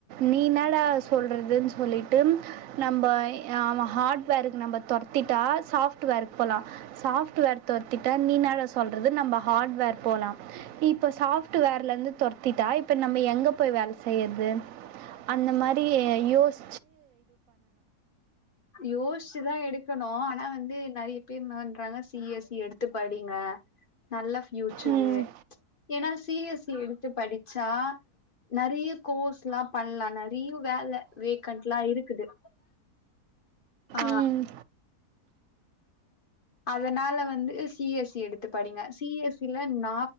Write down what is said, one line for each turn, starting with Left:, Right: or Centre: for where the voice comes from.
Right: நீனாட சொல்றதுன் சொல்லிட்டு நம்ப அவே ஹாட்வேருக்கு நம்ப தொரத்திட்டா சாஃப்ட்வேருக்கு போலா சாஃப்ட்வேர் தொர்திட்டா நீனாடா சொல்றது நம்ப ஹார்ட்வேர் போலா இ இப்ப சாப்ட்வேர்லந்து தொர்திட்டா இப்ப நம்ப எங்க போய் வேல செய்றது அந்த மாரி யோஸ்
Left: யோச்சிதா எடுக்கணு ஆனா வந்து நெறைய பேர் இன்னான்றாங்க சி எஸ் சி எடுத்து படிங்க நல்ல ஃபியூச்சரு
Right: ம்
Left: ஏனா சி எஸ் சி எடுத்து படிச்சா நறையா கோர்ஸ் லாம் பண்லா நறையா வேல வேக்கண்ட்லா இருக்குது ஆ
Right: ம்
Left: அதனால வந்து சி எஸ் சி எடுத்து படிங்க சி எஸ் சில நா